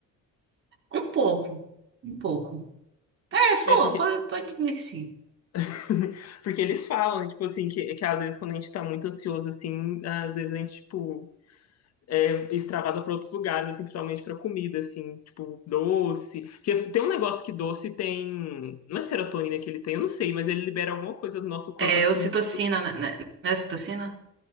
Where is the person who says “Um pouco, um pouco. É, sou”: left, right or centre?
Right